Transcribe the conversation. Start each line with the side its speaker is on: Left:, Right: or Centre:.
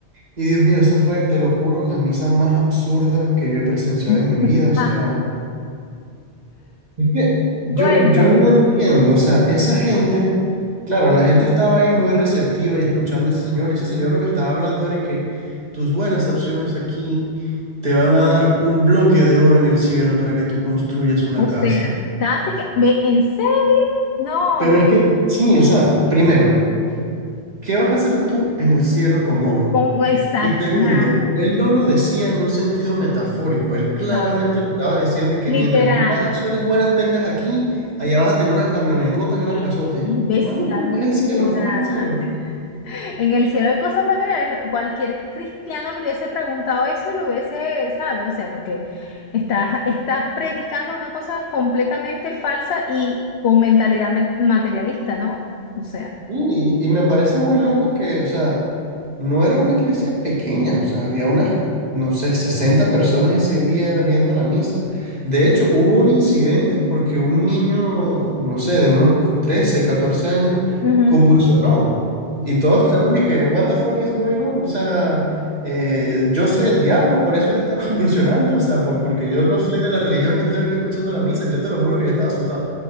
Right: Y Dios mío, esa fue, te lo juro, la misa más absurda que yo he presenciado
Left: <laughs>
Right: en mi vida. O sea, Es que yo,
Left: <laughs> Cuéntame.
Right: yo no entiendo, o sea, esa gente, claro, la gente estaba ahí muy receptiva y escuchando a ese señor, y ese señor lo que estaba hablando era que tus buenas acciones aquí te van a dar un bloque de oro en el cielo para que tú construyas una
Left: O sea,
Right: casa.
Left: casi que, ve, ¿en serio? No,
Right: Pero
Left: yo,
Right: es que, sí, o sea, primero. ¿qué vas a hacer tú en el cielo con oro?
Left: con- exacto,
Right: Y segundo,
Left: nada.
Right: él no lo decía en un sentido metafórico, él claramente
Left: Ajá.
Right: le estaba diciendo que
Left: Literal.
Right: mientras más acciones buenas tengas aquí, allá vas a tener una camionetota y una
Left: Ay,
Right: casota. Y, marico,
Left: ¿Ves la locura?
Right: es el cielo, fucking cielo.
Left: En el cielo hay cosas materiales. Cualquier cristiano le hubiese preguntado eso y lo hubiese, ¿sabe? O sea, porque estás está predicando una cosa completamente falsa y con mentalidad me- materialista, ¿no? O sea.
Right: Sí, Y, y me parece muy loco que, o sea, no era una iglesia pequeña, o sea, había unas, no sé, 60 personas ese día viendo la misa. De hecho, hubo un incidente porque un niño, no sé, de unos 13 14 años,
Left: Ujú.
Right: convulsionó. Y todos quedamos de que, what the fuck is going on? O sea, eh, yo soy el diablo, por eso él está <laughs> convulsionando, o sea, por- porque yo no soy de la religión y estoy aquí escuchando la misa. Yo te lo juro que yo estaba asustado.